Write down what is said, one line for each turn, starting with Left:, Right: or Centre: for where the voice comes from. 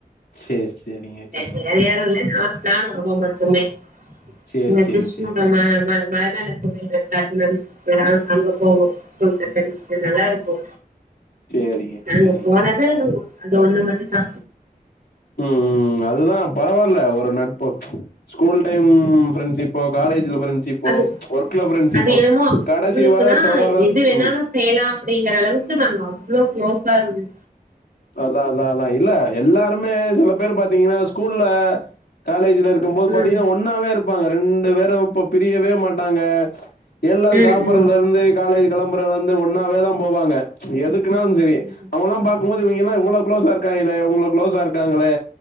Left: சேரி சேரிங்க சேரிங்க
Right: வேற யாரு இல்ல நா நானு அவ மட்டுமே
Left: சேரி
Right: இந்த
Left: சேரி
Right: கிஷ்ணடோ
Left: சேரி
Right: மே மல மேலக் யிலு <unintelligible> அங்க போவோ ஸ்கூல் கட்டடிச்சிட்டு நல்லாருக்கு
Left: சேரிங்க
Right: நாங்க
Left: சேரிங்க
Right: போனது அந்த ஒண்ணு மட்டு தா
Left: ம் ம் ம் அதுதா பரவால்ல ஒரு நட்பு ஸ்கூல் டைம் ஃபிரண்ட்ஸ்ப்போ காலேஜ்ல ஃபிரண் ஸ் இப்போ
Right: அது
Left: ஒர்க்ல ஃபிரண்ட்ஸிப்போ
Right: அது என்னமோ
Left: கடைசி
Right: அவளுக்குன்னா
Left: வர தொடர்ற
Right: எது வேணாலு
Left: ம்
Right: செய்யலா அப்டிங்கிற அளவுக்கு நாங்க அவ்ளோ குளோஸ்ஸா இருந்
Left: அதா அதா அதா இல்ல எல்லாருமே சில பேர் பாத்தீங்ன்னா ஸ்கூல்ல காலேஜ்ல இரு க்கும்போது
Right: ம்
Left: பாத்தீங்னா ஒன்னாவே இருப்பாங்க ரெண்டு பேரு இப்ப பிரியவே மாட்டாங்க எல்லா
Right: ம்
Left: சாப்பர்றதுல
Right: ம்
Left: இருந்து காலேஜ் கெளம்புறதுல இந்து ஒன்னாவேதா போவாங்க எதுக்குன்னாலு செரி
Right: ம்
Left: அவங்கல்லா பாக் கும்போது இவிங்கல்லா இவ்ளோ குளோாஸ்ஸா இருக்காய்ங்ளே இவங்க குளோஸ்ஸா இருக்காங்களே